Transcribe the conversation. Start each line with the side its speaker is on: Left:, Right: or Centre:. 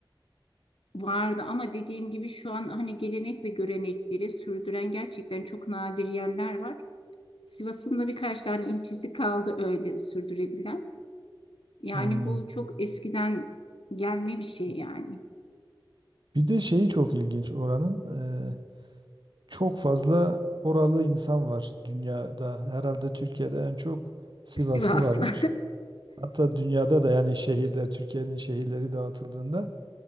Left: vardı ama dediğim gibi şu an hani gelenek ve görenekleri sürdüren gerçekten çok nadir yerler var. Sivas'ın da birkaç tane ilçesi kaldı öyle sürdürebilen. Yani
Right: Hmm.
Left: bu çok eskiden gelme bir şey yani.
Right: Bir de şeyi çok ilginç oranın. e, çok fazla oralı insan var dünyada. Herhalde Türkiye'de en çok Sivaslı
Left: Sivaslı.
Right: varmış. Hatta dünyada da yani şehirler, Türkiye'nin şehirleri dağıtıldığında